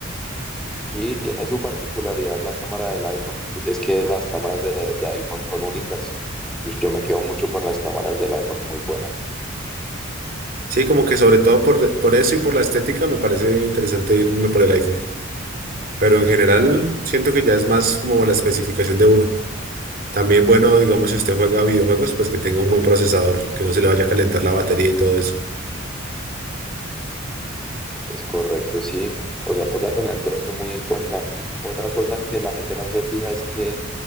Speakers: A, in the centre; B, on the right (about 45°).
A: Sí, tiene su particularidad la cámara del iPhone. Pues es que las cámaras de, de iPhone son únicas. Pues yo me quedo mucho con las cámaras del iPhone muy buenas.
B: Sí, como que sobre todo por, por eso y por la estética me parece interesante irme por el iPhone. Pero en general siento que ya es más como la especificación de uno. También bueno, digamos, si usted juega videojuegos, pues que tenga un buen procesador, que no se le vaya a calentar la batería y todo eso.
A: Es correcto, sí. O sea, toca tener todo eso muy en cuenta. Otra cosa que la gente no se fija es que